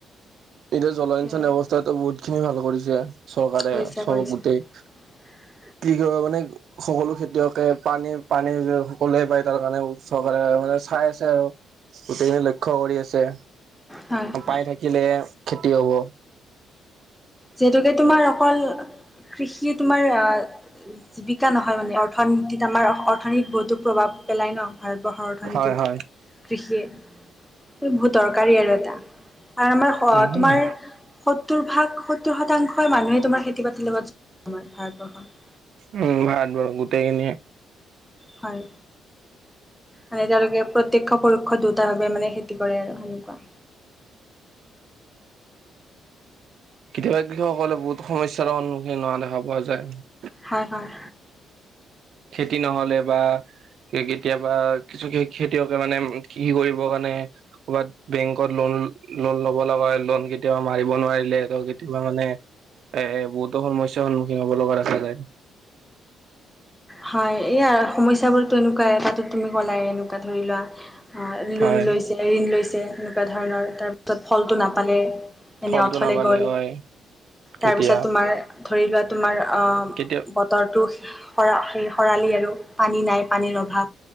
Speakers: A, on the right; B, in the centre.
A: এতিয়া জলসিঞ্চন
B: সেয়াই
A: ব্যৱস্থাতো বহুত খিনি ভাল কৰিছে চৰকাৰে
B: কৰিছে
A: চব গোটেই।
B: <inaudible>
A: কি ক মানে? সকলো খেতিয়কে পানী, পানী সকলোৱে পায় তাৰ কাৰণে চৰকাৰে মানে চাই আছে আৰু। গোটেইখিনি লক্ষ্য কৰি আছে
B: হয়
A: পাই থাকিলে খেতি হ'ব।
B: যিহেতুকে তোমাৰ অকল কৃষি তোমাৰ আহ জীৱিকা নহয় মানে অৰ্থনীতিত আমাৰ অৰ্থনীতিত বহুতো প্ৰভাৱ পেলায় ন। ভাৰতবৰ্ষৰ অৰ্থনীতিত
A: হয় হয়
B: কৃষিয় এই বহুত দৰকাৰী আৰু এটা আৰু আমাৰ
A: উম
B: তোমাৰ সত্তৰ ভাগ সত্তৰ শতাংশই মানুহে তোমাৰ খেতি বাতিৰ লগত আমাৰ ভাৰতবৰ্ষত।
A: উম, ভাত বৰ গোটেইখিনিয়।
B: হয়। মানে তেওঁলোকে প্ৰত্যয়ক্ষ পৰোক্ষ দুটা ভাৱে মানে খেতি কৰে আৰু সেনেকুৱা
A: কেতিয়াবা কৃষকসকলে বহুত সমস্যাৰো সন্মুখীন হোৱা দেখা পোৱা যায়।
B: হয়, হয়।
A: খেতি নহ'লে বা কেতিয়াবা কিছু খেতিয়কে মানে কৃষি কৰিবৰ কাৰণে কৰবাত বেংকত লোন, লোন ল'ব লগা হয় লোন কেতিয়াবা মাৰিব নোৱাৰিলে কেতিয়াবা মানে এ, এ, বহুতো সমস্যাৰ সন্মুখীন হ'ব লগা আছে।
B: হয়, এইয়া সমস্যাবোৰতো এনেকুৱাই তাতো তুমি কলাই এনেকুৱা ধৰি লোৱা।
A: হয়
B: লোন লৈছে, ঋণ লৈছে, এনেকুৱা ধৰণৰ তাৰপিছত ফলটো নাপালেই। এনে
A: ফলটো
B: অথলে
A: নাপালে
B: গ'ল
A: হয় তেতিয়া
B: তাৰপিছত তোমাৰ ধৰি লোৱা তোমাৰ
A: কেতিয়াও
B: বতৰটো সৰা স-সৰালি আৰু পানী নাই, পানীৰ অভাৱ